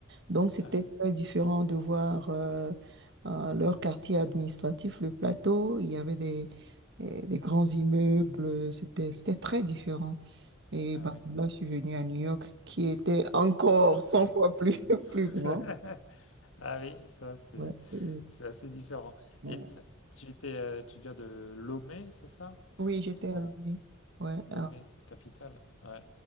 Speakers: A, on the right; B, on the left.
A: Donc, c'était
B: Ah oui,
A: très différent de voir euh, euh, leur quartier administratif, le plateau. Il y avait des, euh, des grands immeubles.
B: mhm.
A: C'était, c'était très différent. Et
B: ah
A: ben,
B: oui,
A: là, je suis venue à New York, qui était encore cent
B: Ah, encore
A: fois plus,
B: plus.
A: <laughs> plus grand.
B: <laughs> Ah oui, ça c'est
A: Ouais, et
B: c'est assez différent.
A: voilà.
B: Et là, tu étais, euh, tu viens de Lomé, c'est ça?
A: Oui, j'étais
B: En
A: à Lomé. Ouais,
B: Lomé,
A: euh,
B: sa capitale. Ouais.